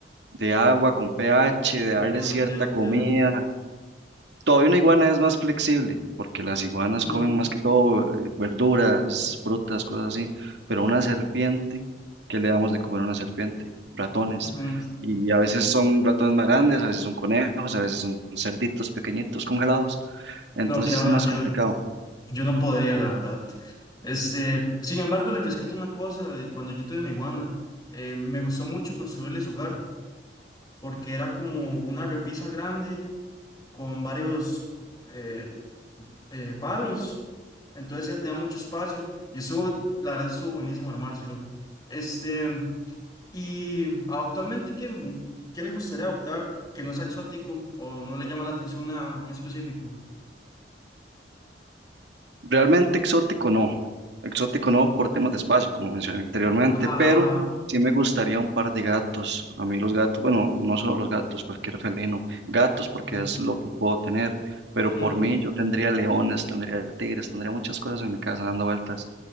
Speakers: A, on the right (about 80°); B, on the left (about 25°).
A: de agua, con pH, de
B: Entiendo,
A: darles cierta
B: entiendo,
A: comida.
B: entiendo.
A: Todavía una iguana es más flexible, porque las iguanas
B: Ujú,
A: comen más que todo eh, verduras, frutas, cosas así, pero una serpiente, ¿qué le damos de comer a una serpiente? Ratones.
B: ujú.
A: Y a veces son ratones más grandes, a veces son conejos, a veces son cerditos pequeñitos congelados, entonces
B: No, que va,
A: es más
B: yo,
A: complicado.
B: Yo no podría, la verdad. Este, sin embargo, le rescato una cosa de cuando yo tuve mi iguana. eh, me gustó mucho construirle su hogar, porque era como una repisa grande con varios eh, eh, palos. Entonces ya tenía mucho espacio y eso, la verdad, estuvo buenísimo armárselo. Este, y actualmente, ¿qué, qué le gustaría adoptar que no sea exótico o no le llama la atención nada en específico?
A: Realmente exótico no, exótico no por temas de espacio, como mencioné anteriormente,
B: Ajá,
A: pero
B: ajá, ajá.
A: sí me gustaría un par de gatos. A mí los gatos, bueno, no solo los gatos, cualquier felino, gatos porque
B: Ujú,
A: es lo que puedo tener, pero
B: ujú.
A: por mí yo tendría leones, tendría tigres, tendría muchas cosas en mi casa dando vueltas,